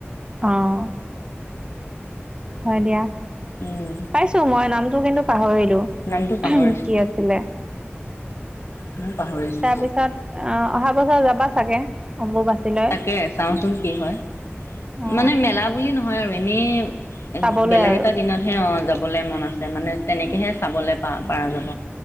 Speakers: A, on the right; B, on the left.
A: অ', হয় দিয়া
B: উম
A: পাইছো মই নাম টো কিন্তু পাহৰিলো
B: নামটো পাহৰিছো
A: কি আছিলে।
B: অ'। ময়ো পাহৰিছো
A: তাৰপিছত আ অহা বছৰ যাবা চাগে অম্বুবাচীলৈ।
B: তাকে চাওঁচোন কি হয়
A: অ
B: মানে মেলা বুলি নহয় আৰু এনেই
A: চাবলৈ
B: বেলেগ
A: আৰু
B: এটা দিনত হে অ' যাবলে মন আছে মানে তেনেকেহে চাবলৈ পা পাৰা যাব